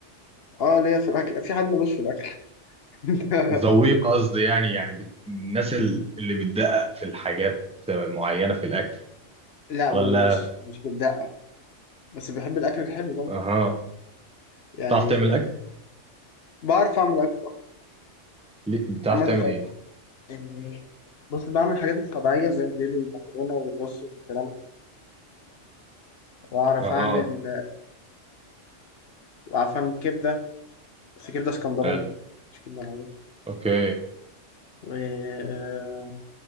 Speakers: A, on the left (about 55°); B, in the centre.
A: اه ليا في الاكل في حد ملوش في الاكل <laughs>
B: ذويق قصدي يعني يعني بت... الناس ال- اللي بتدقق في الحاجات معينه في الاكل
A: لا
B: ولا
A: من مش مش بالدقه بس بحب الاكل الحلو ده
B: اها
A: يعني
B: بتعرف تعمل اكل
A: بعرف اعمل اكل
B: ليه- بتعرف
A: عملت
B: تعمل ايه
A: يعني بص بعمل الحاجات الطبيعيه زي البيض والمكرونه والرز والكلام ده واعرف
B: اها
A: اعمل واعرف اعمل كبده بس كبده اسكندراني
B: حلو
A: مش كبده العاديه
B: اوكي
A: و- آه،